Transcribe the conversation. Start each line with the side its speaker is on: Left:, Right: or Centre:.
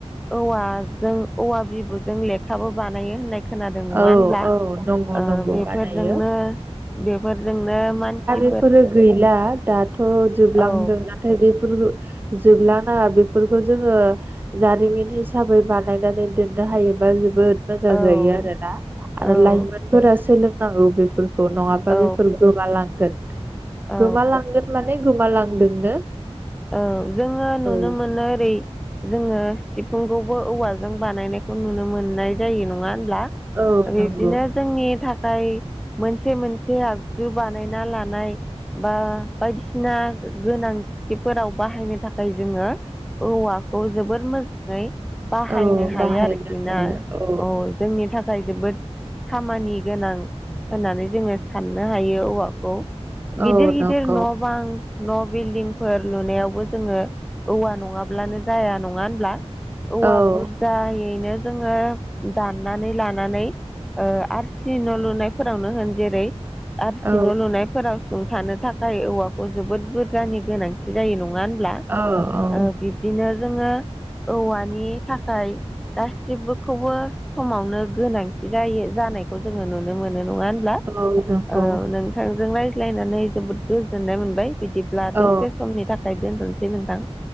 Centre: औवाजों औवा बिबुजों लेखाबो बानायो होननायखौ खोनादों नङा
Right: औ
Centre: होनब्ला
Right: औ नंगौ नंगौ
Centre: बेफोरजोंनो
Right: बानायो
Centre: बेफोरजोंनो मानसि
Right: बैफोरो गैला दाथ'जोबलांदों
Centre: औ
Right: नाथाय बे जोबला नाङा बेफोरखौ जोङो जारिमिन हिसाबै बानायनानै दोन नो हायोबा जोबोद मोजां
Centre: औ
Right: जायो आरोना आरो
Centre: औ
Right: लाइमोनफोरा सोलोंनांगौ बे नङाबा
Centre: औ
Right: बेफोर गोमालांगोन
Centre: औ
Right: गोमालांगोन माने गोमालांदोंनो
Centre: औ जोङो नुनो
Right: औ
Centre: मोनो ओरै जोङो सिफुंखौबो औवाजों बानायनायखौ नुनो मोननाय जायो नङा होमल्बा
Right: औ
Centre: बिब्दिनो
Right: नंगौ
Centre: जोंनि थाखाय मोनसे मोनसे आगजु बानायना लानाय बा बायदिसिना गोनांथिफोराव बाहायनो थाखाय जोङो औवाखौ जोबोर मोजाङै बाहायनो
Right: औ
Centre: हायो
Right: बाहायनो
Centre: आरोखि
Right: हायो
Centre: ना औ जोंनि थाखाय जोबोद खामानि गोनां होननानै जोङो साननो हायो औवाखौ गिदिर
Right: औ
Centre: गिदिर
Right: नंगौ
Centre: न' बां न' बिल्डिं फोर लुनायावबो जोङो औवा नङाब्लानो जाया नङा होनब्ला? औवा
Right: औ
Centre: बुरजायैनो जोङो दाननानै लानानै आरसि न' लुनायफोरावनो होन जेरै आर
Right: औ
Centre: सि न' लुनायफोराव सुंथानो थाखाय औवाखौ जोबोद बुरजानि गोनांथि जायो नङा
Right: औ औ
Centre: बिब्दिनो जोङो औवानि थाखाय गासिखौबो समावनो गोनांथि जायो जानायखौ जोङो नुनो मोनो नङा होनब्ला
Right: औ नंगौ
Centre: ओ नोंथांजों रायज्लायनानै जोबोद गोजोननाय मोनबाय। बिदिब्ला दसे
Right: औ
Centre: समनि थाखाय दोनथ'सै नोंथां